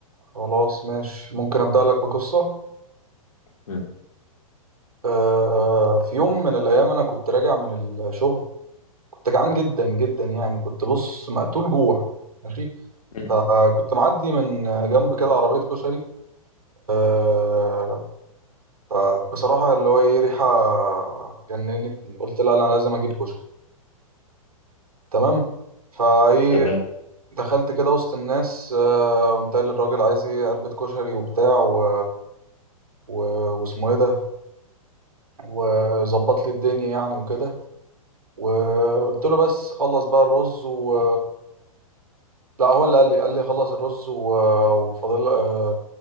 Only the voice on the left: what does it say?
مم.
مم.
تمام